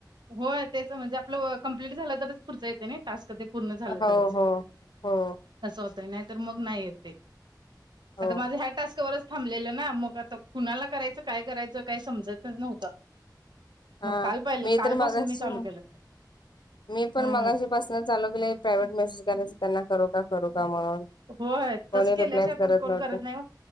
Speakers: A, on the right; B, on the left.
A: हो तेच म्हणजे आपलं कंप्लीट झालं तरच पुढच येते नाय टास्क ते पूर्ण झालं
B: हो
A: तरच
B: हो हो
A: असं होतय नाही तर मग नाही येत ते
B: हो
A: आता माझं ह्या टास्क वरच थांबलेलं ना मग आता कुणाला करायचं, काय करायचं काय समजत नव्हतं
B: हा
A: मग काल पाहिलं
B: मी
A: कालपासून
B: तर मगाशी
A: मी चालू केलं
B: मी पण
A: ह
B: मगाशी पर्सनल चालू केलं की प्रायव्हेट मेसेज करायचं त्यांना करू का करू का म्हणून
A: होय
B: कोणी
A: तसं केल्याशिवाय
B: रिप्लायच
A: पण कोण
B: नव्हते
A: करत नाही म